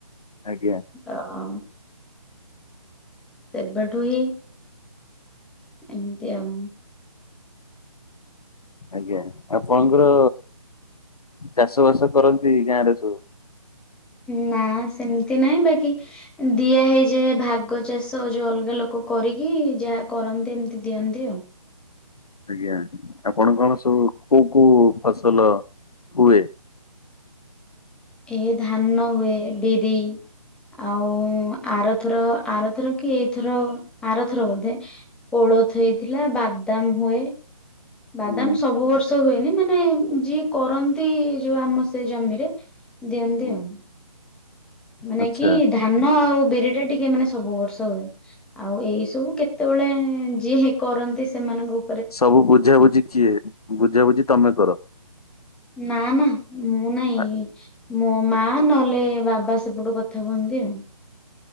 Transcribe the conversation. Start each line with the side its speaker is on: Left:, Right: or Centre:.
Left: ଆଜ୍ଞା।
Centre: ତ ଅ ସେବେଠୁ ହିଁ ଏମିତି ଆଉ।
Left: ଆଜ୍ଞା ଆପଣଙ୍କର ଚାଷ ବାସ କରନ୍ତି ଗାଁ ରେ ସବୁ?
Centre: ନା ସେମତି ନାହିଁ ବାକି ଦିଆ ହେଇଯାଏ ଭାଗ ଚାଷ ଯୋଉ ଅଲଗା ଲୋକ କରିକି ଯାହା କରନ୍ତି ଏମିତି ଦିଅନ୍ତି ଆଉ।
Left: ଆଜ୍ଞା। ଆପଣ କଣ ସବୁ କୋଉ କୋଉ ଫସଲ ହୁଏ?
Centre: ଏ ଧାନ ହୁଏ ବିରି ଆଉ ଆରଥର ଆରଥର କି ଏଇଥର ଆରଥର ବୋଧେ କୋଳଥ ହେଇଥିଲା ବାଦାମ ହୁଏ। ବାଦାମ
Left: ହୁଁ
Centre: ସବୁ ବର୍ଷ ହୁଏନି ମାନେ ଯିଏ କରନ୍ତି ଯୋଉ ଆମ ସେ ଜମିରେ ଦିଅନ୍ତି
Left: ହୁଁ।
Centre: ଆଉ। ମାନେ
Left: ଆଚ୍ଛା
Centre: କି ଧାନ ଆଉ ବିରି ଟା ଟିକେ ମାନେ ସବୁ ବର୍ଷ ହୁଏ। ଆଉ ଏଇ ସବୁ କେତେବେଳେ ଯିଏ ହେ କରନ୍ତି ସେମାନଙ୍କୁ
Left: ସବୁ ବୁଝ ବୁଝି କିଏ ବୁଝା ବୁଝି ତମେ କର?
Centre: ନା ନା ମୁଁ ନାଇଁ
Left: ଆ-
Centre: ମୋ ମା ନହେଲେ ବାବା ସେପଟୁ କଥା କୁହନ୍ତି ଆଉ।